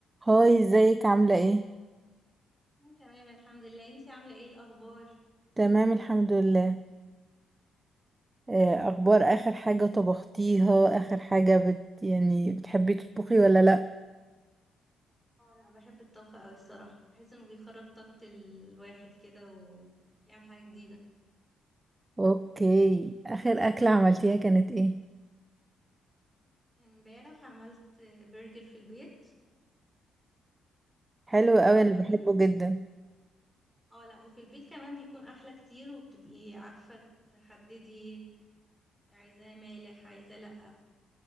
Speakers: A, on the right; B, in the centre.
A: هاي ازيك عاملة ايه؟
B: أنا تمام الحمد لله انتي عاملة ايه الأخبار؟
A: تمام الحمد لله آه، اخبار اخر حاجة طبختيها اخر حاجة بت يعني بتحبي تطبخي ولا لا؟
B: اه انا بحب الطبخ اوي الصراحة بحس انه بيخرج طاقة الواحد كده ويعمل حاجة جديدة
A: اوكي اخر اكلة عملتيها كانت ايه؟
B: امبارح عملت برجر في البيت
A: حلوة
B: سهلة
A: قوي انا
B: اوي
A: بحبه جدا
B: اه لا وفي البيت كمان بيكون احلى كتير وبتبقي عارفة تحددي عايزاه مالح عايزاه لا